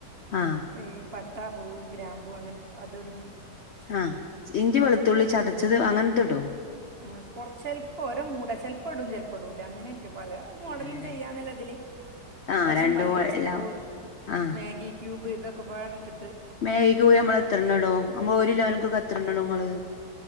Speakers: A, on the left (about 70°); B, on the right (about 40°).
A: ആഹ്
B: ഏഹ് പട് ട്ടാ, പൂവ്, ഗ്രാമ്പൂ അങ്ങൻത്തെ അത് ഇടും.
A: ആഹ് ഇഞ്ചി, വെളുത്തുള്ളി ചതച്ചത് അങ്ങൻത്തെ ഇടോ?
B: ആഹ് കൊർച്ച് ചെൽപ്പോ ഓരോ മൂടാ ചെൽപ്പം ഇടും ചെൽപ്പം ഇടൂല അങ്ങനെക്കെ പല മോഡലും
A: അങ്ങനെല്ലേ
B: ചെയ്യാന്നല്ല ഇതില്
A: ആഹ്
B: ലേശം
A: രണ്ടും
B: മല്ലിച്ചപ്പ്,
A: എല്ലാം ആഹ്
B: മാഗി ക്യുബ് ഇതൊക്കെപ്പാടെ ഇട്ടിട്ട്
A: മേഗിക്യുബ് നമ്മള് എത്രണ്ണം ഇടും നമ്മളെ ഒരു കിലോനക്കൊക്കെ എത്രണ്ണടും ഇങ്ങള്?